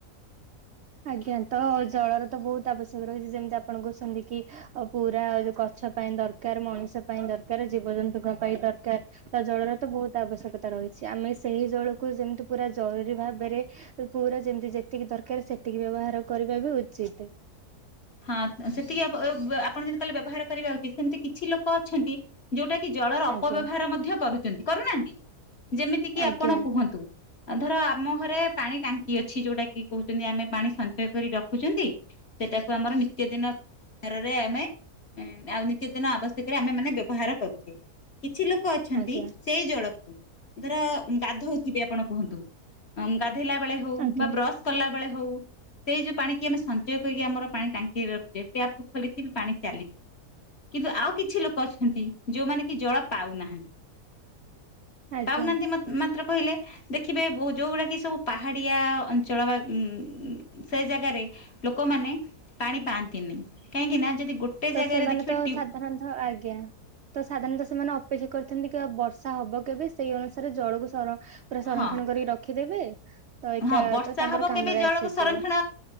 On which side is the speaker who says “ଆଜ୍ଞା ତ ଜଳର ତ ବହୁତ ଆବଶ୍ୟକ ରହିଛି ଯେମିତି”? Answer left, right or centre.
Right